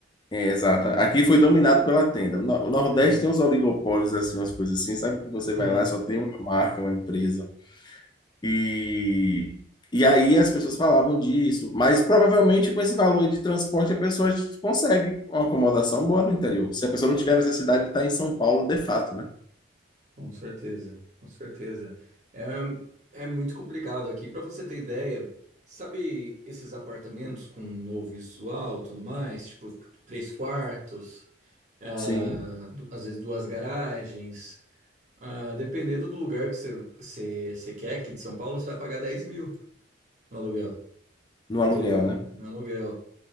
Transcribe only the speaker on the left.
é, exato. Aqui foi dominado pela tenda. O No- o Nordeste
tem uns oligopólios, assim, umas coisas assim, sabe? Que você vai
lá, e só tem uma marca, uma empresa. E, e aí as pessoas falavam disso. Mas provavelmente com esse valor de transporte a pessoa consegue uma acomodação boa no interior. Se a pessoa não tiver necessidade de estar em São Paulo, de fato, né?
Sim,
no
aluguel, né?